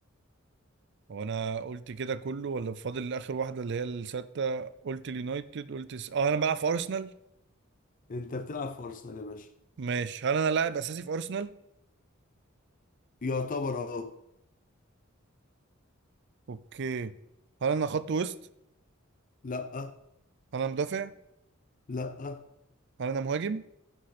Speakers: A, on the right; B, on the left.
A: هو انا قلت كده كله ولا فاضل اخر واحده اللي هي السته قلت اليونايتد قلت س... اه انا بلعب في ارسنال
B: انت بتلعب في ارسنال يا باشا
A: ماشي هل انا لاعب اساسي في ارسنال
B: يعتبر اه
A: اوكي هل انا خط وسط
B: لا
A: هل انا مدافع
B: لا
A: هل انا مهاجم